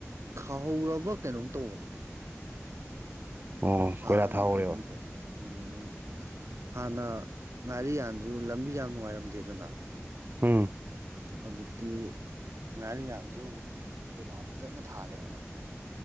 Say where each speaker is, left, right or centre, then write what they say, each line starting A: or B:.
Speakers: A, on the right (about 75°); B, on the right (about 40°).
A: ꯈꯥꯍꯧꯔꯕ ꯀꯩꯅꯣꯝ ꯇꯧꯕꯅꯦ
B: ꯑꯣ
A: ꯊꯥꯔꯕ
B: ꯀꯣꯏꯂꯥ ꯊꯥꯍꯧꯔꯦꯕ
A: ꯀꯩꯅꯣꯝꯇꯣ ꯎꯝꯝ ꯍꯥꯟꯅ ꯉꯥꯔꯤ ꯌꯥꯟꯗꯨ ꯂꯝꯕꯤ ꯌꯥꯝ ꯅꯨꯡꯉꯥꯏꯔꯝꯗꯦꯗꯅ
B: ꯍꯝ
A: ꯍꯧꯖꯤꯛꯇꯤ ꯉꯥꯔꯤ ꯉꯁꯨ ꯀꯣꯏꯂꯥ ꯐꯖꯅ ꯊꯥꯔꯦꯕ